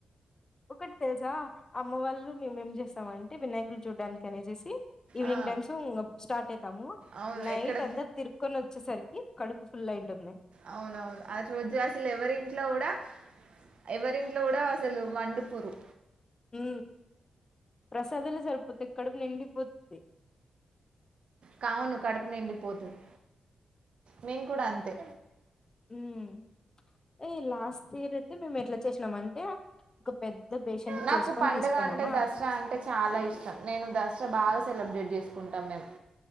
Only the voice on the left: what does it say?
ఒకటి తెలుసా అమ్మ వాళ్ళు మేం ఏంచేస్తామంటే వినాయకులు చూడ్డానికి అనేసేసి ఈవినింగ్
టైమ్స్ స్టార్ట్ అవుతాము
నైట్
అంతా తిరుకొని వచ్చేసరికి ఈ కడుపు ఫుల్లయింటుంది
హు ప్రసాదాలు సరిపోతాయి కడుపు నిండిపోద్ధి
ఉమ్ ఏ లాస్ట్ ఇయర్ మేము ఎట్లా చేసినామంటే ఒక పెద్ద బేషన్
చేసుకొని
తీసిపోయినామా